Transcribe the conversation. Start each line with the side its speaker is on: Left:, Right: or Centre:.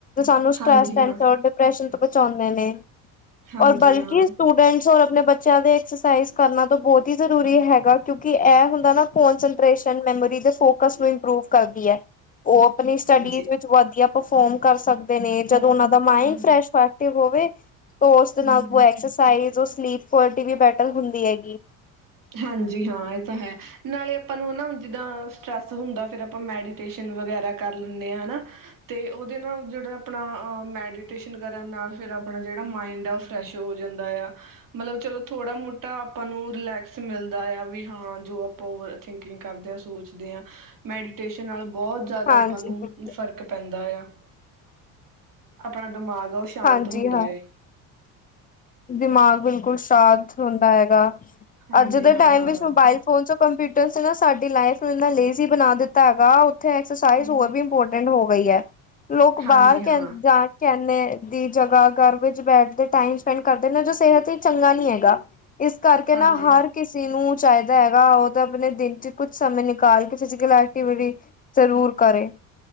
Left: ਸਾਨੂੰ ਸਟਰੈਸ,
Right: ਹਾਂਜੀ
Left: ਟੈਨਸ਼ਨ,
Right: ਹਾਂ
Left: ਡਿਪਰੈਸ਼ਨ ਬਚਾਉਂਦੇ ਨੇ।
Right: ਹਾਂਜੀ
Left: ਔਰ ਬਲਕਿ
Right: ਹਾਂ
Left: ਸਟੂਡੈਂਟਸ ਆਪਣੇ ਬੱਚਿਆਂ ਦੇ ਐਕਸਜਸਾਈਜ਼ ਕਰਨਾ ਤਾਂ ਬਹੁਤ ਹੀ ਜ਼ਰੂਰੀ ਹੈਗਾ, ਕਿਉਂਕਿ ਇਹ ਹੁੰ ਕੱਲੇ ਕੋਂਸਟਰੇਟ, ਮੈਮੋਰੀ ਦੇ ਫੋਕਸ ਨੂੰ ਇਮਪਰੂਵ ਕਰਦੀ ਐ। ਉਹ ਆਪਣੀ ਸਟੱਡੀਜ਼
Right: ਹਾਂਜੀ
Left: ਵਿੱਚ ਵਧੀਆ ਪਰ ਪਰਫੋਮ ਕਰ ਸਕਦੀ ਨੇ
Right: ਬਸ
Left: ਜਦੋਂ ਉਹਨਾਂ ਦਾ ਮਾਇੰਡ
Right: ਹਾਂ
Left: ਫਰੈਸ਼ ਐਕਟਿਵ ਹੋਵੇ। <unintelligible> ਔਰ ਉਸਦੇ
Right: ਹਮ
Left: ਨਾਲ ਐਕਸਰਸਾਈਜ਼ ਉਸ ਸਲੀਪ ਕੋਅਲਿਟੀ ਵੀ ਬੈਟਰਲ ਹੁੰਦੀ ਹੈਗੀ।
Right: ਹਾਂਜੀ ਹਾਂ ਇਹ ਤਾਂ ਹੈ ਨਾਲੇ ਆਪਾਂ ਨੂੰ ਹਨਾ ਜਿੱਦਾਂ ਸਟਰ੍ਰੈਸ ਹੁੰਦਾ ਫਿਰ ਆਪਾਂ ਮੈਡੀਟੇਸ਼ਨ ਵਗੈਰਾ ਕਰ ਲੈਨੇ ਹ ਹਨਾ ਤੇ ਉਹਦੇ ਨਾਲ ਜਿਹੜਾ ਆਪਣਾ ਅ ਮੈਡੀਟੇਸ਼ਨ ਕਰਨ ਨਾਲ ਫਿਰ ਆਪਣਾ ਜਿਹੜਾ ਮਾਈੰਡ ਆ ਉਹ ਫਰੈਸ਼ ਹੋ ਜਾਂਦਾ ਆ ਮਤਲਬ ਚਲੋ ਥੋੜਾ ਮੋਟਾ ਆਪਾਂ ਨੂੰ ਰਿਲੈਕਸ। ਮਿਲਦਾ ਆ ਵੀ ਹਾਂ ਜੋ ਆਪਾਂ ਓਵਰ ਥਿੰਕਿੰਗ ਕਰਦੇ ਆ ਸੋਚਦੇ ਆ ਮੈਡੀਟੇਸ਼ਨ ਨਾਲ। ਬਹੁਤ ਜ਼ਿਆਦਾ
Left: ਹਾਂਜੀ,
Right: ਆਪਾਂ ਨੂੰ
Left: ਬਿਲਕੁਲ।
Right: ਫ਼ਰਕ ਪੈਂਦਾ ਆ। ਆਪਣਾ ਦਿਮਾਗ ਆ ਉਹ ਸ਼ਾਂਤ
Left: ਹਾਂਜੀ
Right: ਹੁੰਦਾ
Left: ਹਾਂ
Right: ਏ।
Left: ਦਿਮਾਗ ਬਿਲਕੁਲ ਸ਼ਾਂਤ ਹੁੰਦਾ ਹੈਗਾ।
Right: ਹਾਂਜੀ
Left: ਅੱਜ ਦੇ
Right: ਹਾਂ
Left: ਟਾਈਮ
Right: ਹਾਂ
Left: ਵਿੱਚ ਮੋਬਾਇਲ ਫੋਨ ਚ ਕੰਪਿਊਟਰ ਚ ਨਾ ਸਾਡੇ ਤੇ ਲਾਈਫ ਨੂੰ ਇੰਨਾ ਲੇਜ਼ੀ ਬਣਾ ਦਿੱਤਾ ਹੈਗਾ। ਉਥੇ ਐਕਸਜਸਾਈਜ਼
Right: ਹਮ
Left: ਹੋਰ ਵੀ ਇੰਪੋਰਟੈਂਟ ਹੋ ਗਈ ਐ। ਲੋਕ ਬਾਹਰ
Right: ਹਾਂਜੀ ਹਾਂ
Left: ਕਹ ਜਾ ਕਹਿ ਨੇ ਦੀ ਜਗ੍ਹਾ ਘਰ ਵਿੱਚ ਬੈਠਦੇ ਟਾਈਮ ਸੈਂਡ ਕਰਦੇ ਨੇ ਜੋ ਸਿਹਤ ਈ ਚੰਗਾ ਨੀ ਹੈਗਾ। ਇਸ ਕਰਕੇ
Right: ਹਾਂਜੀ
Left: ਨਾ ਹਰ
Right: ਹਾਂ
Left: ਕਿਸੀ ਨੂੰ ਚਾਹੀਦਾ ਹੈਗਾ ਉਹ ਤਾਂ ਆਪਣੇ ਦਿਨ ਚ ਕੁਛ ਸਮੇਂ ਨਿਕਾਲ ਕੇ ਫਿਜ਼ੀਕਲ ਐਕਟੀਵਿਟੀ, ਜ਼ਰੂਰ ਕਰੇ।